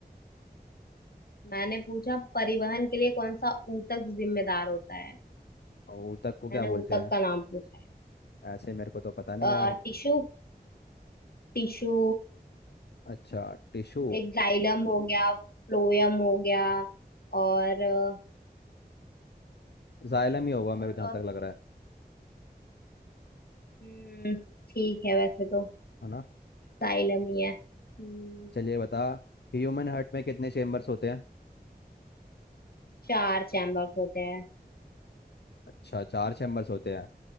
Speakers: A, on the left; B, on the left.
A: मैंने पूछा परिवहन के लिए कौन सा ऊतक जिम्मेदार होता है
B: ऊतक को क्या
A: मैंने
B: बोलते
A: ऊतक
B: हैं
A: का नाम पूछा
B: ऐसे मेरे को तो पता नहीं
A: है
B: यार
A: टिश्यू टिश्यू
B: अच्छा टिश्यू
A: एक जाइलम हो गया फ्लोएम हो गया और अ,
B: जाइलम ही होगा मेरे
A: और
B: को जहाँ
A: और
B: तक लग रहा है
A: हम्म, ठीक है वैसे तो
B: है ना
A: साइलम ही है हम्म
B: चलिए बता ह्यूमन हार्ट में कितने चेम्बर्स होते हैं
A: चार चैम्बर्स होते हैं
B: अच्छा चार चेम्बर्स होते हैं